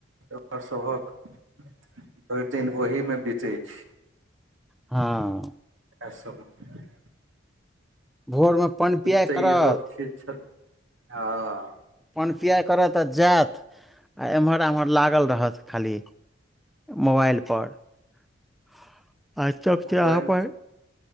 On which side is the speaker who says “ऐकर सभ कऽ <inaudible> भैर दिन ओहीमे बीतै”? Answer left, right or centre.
Right